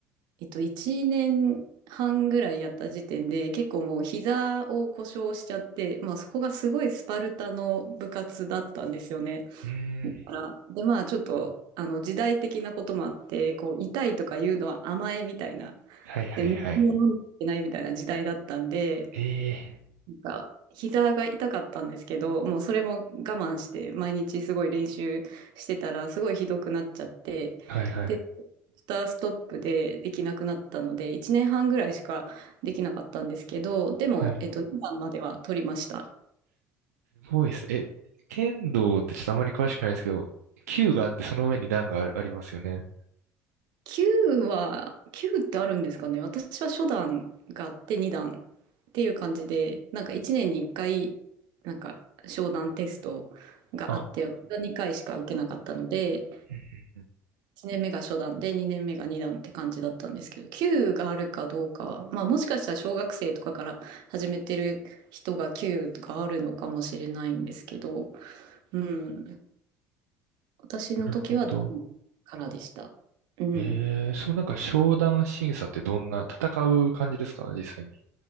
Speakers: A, on the right; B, on the right.
A: えっと、1年半ぐらいやった時点で、結構もう膝を故障しちゃって、まあ、そこがすごいスパルタの部活だったんですよね。
B: うーん。
A: だから、で、まあ、ちょっと、あの、時代的なこともあって、こう、痛いとかいうのは甘えみたいな
B: はいはいはい。
A: で、水を飲んでいけないみたいな時代だったんで、
B: ええ
A: なんか、膝が痛かったんですけど、もうそれも我慢して、毎日すごい練習してたら、すごいひどくなっちゃって、
B: はいはい。
A: で、スターストップでできなくなったので、1年半ぐらいしかできなかったんですけど、でも、
B: はい。
A: えっと、2番までは取りました。
B: すごいです。え、剣道ってちょっとあまり詳しくないですけど、球があってその上に段があ、ありますよね。
A: 9は、9ってあるんですかね。私は初段があって2段っていう感じで、なんか1年に1回、なんか商談テストがあって、
B: あ、
A: 私は2回しか受けなかったので、
B: うんうんうん
A: 1年目が初段で2年目が2段って感じだったんですけど、9があるかどうかは、まあもしかしたら小学生とかから始めてる人が9があるのかもしれないんですけど、うん、私の時は段
B: なるほど。
A: からでした。うん。
B: えー、そうなんか商談審査ってどんな、戦う感じですか、実際に。